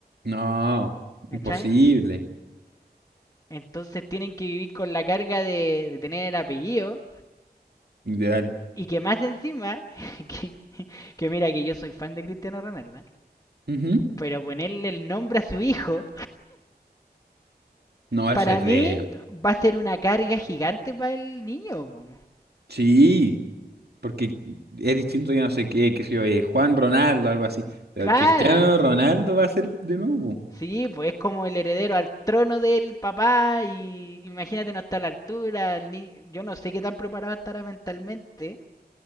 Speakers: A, on the right (about 75°); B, on the left (about 20°).
A: No,
B: ¿cachai?
A: imposible.
B: Entonces tienen que vivir con la carga de, de tener el apellido
A: Ideal.
B: y que más encima, <laughs> que, que mira que yo soy fan de Cristiano Ronaldo, ¿eh?
A: Ujú.
B: pero ponerle el nombre a su hijo,
A: No, eso
B: para
A: es
B: mí
A: de...
B: va a ser una carga gigante para el niño. po.
A: Sí. Porque es distinto, yo no sé qué, qué sé yo, eh, Juan Ronaldo, algo así. Pero
B: Claro,
A: Cristiano Ronaldo va a ser de nuevo,
B: sí, pues es como el heredero al trono del papá y imagínate no está a la altura, el ni- yo no sé qué tan preparado estará mentalmente